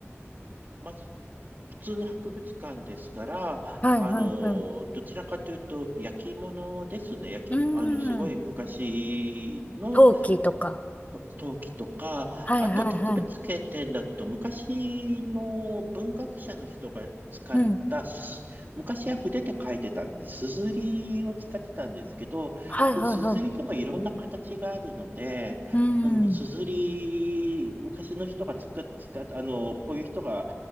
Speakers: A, on the right; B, on the left.
A: まあ、普通の博物館ですから、
B: はいはいはい。
A: あの、どちらかというと、焼き物ですね。焼き、
B: うん。
A: あの、すごい昔の、
B: 陶器とか。
A: と陶器とか、
B: はいはいは
A: あと特別景点だと昔の文学者の人が使ったすず、
B: い。うん。
A: 昔は筆で書いてたんで、すずりを使ってたんですけど、
B: はいはいはい。
A: そのすずりでもいろんな形があるので、
B: うん。
A: そのすずり、昔の人が使っ、使っ、あの、こういう人が